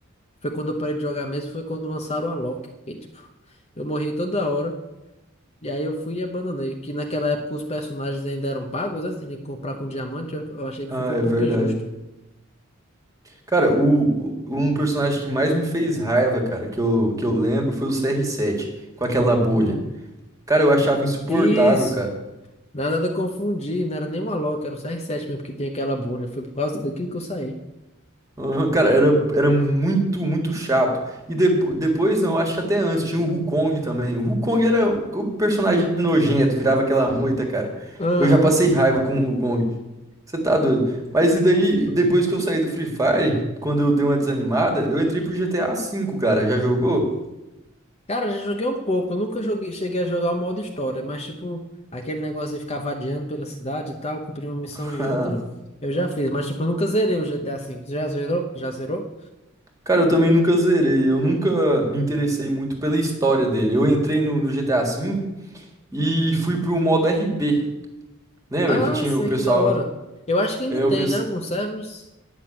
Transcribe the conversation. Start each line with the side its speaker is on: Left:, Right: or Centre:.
Left: foi quando eu parei de jogar mesmo, foi quando lançaram a Loki. E, tipo, eu morri toda hora, e aí eu fui e abandonei. Que naquela época os personagens ainda eram pagos, né? Você tinha que comprar com diamante, eu eu achei que
Right: Ah,
Left: ficou
Right: é
Left: um pouco
Right: verdade.
Left: injusto.
Right: Cara, o, o- um personagem que mais me fez raiva, cara, que eu, que eu lembro foi o CR7, com aquela bolha.
Left: Uhum.
Right: Cara, eu achava insuportável,
Left: Isso!
Right: cara.
Left: Na verdade eu confundi, não era nem uma Loki, era o CR7 mesmo, que tem aquela bolha. Foi por causa daquilo que eu saí.
Right: Ah, Cara, era, era muito, muito chato. E depo, depois, não, acho que até antes, tinha o Wukong também. O Wukong era o personagem nojento, virava aquela moita, cara.
Left: Aham,
Right: Eu já passei raiva com o Wukong. Você tá doido. Mas e daí,
Left: uhum.
Right: depois que eu saí do Free Fire, quando eu dei uma desanimada, eu entrei pro GTA V, cara. Já jogou?
Left: Cara, já joguei um pouco. Eu nunca joguei, cheguei a jogar o modo história, mas tipo, aquele negócio de ficar vadiando pela cidade e tal, cumprir uma missão
Right: <laughs>
Left: e outra, eu já fiz, mas tipo, eu nunca zerei o GTA V. Já zerou? Já zerou?
Right: Cara, eu também nunca zerei, eu nunca me interessei muito pela história dele. Eu entrei no, no GTA V e fui pro modo RP. Lembra
Left: Ah,
Right: que tinha
Left: sei
Right: o pessoal.
Left: que da hora. Eu acho que ainda
Right: É,
Left: tem,
Right: o pes...
Left: né? Alguns servers.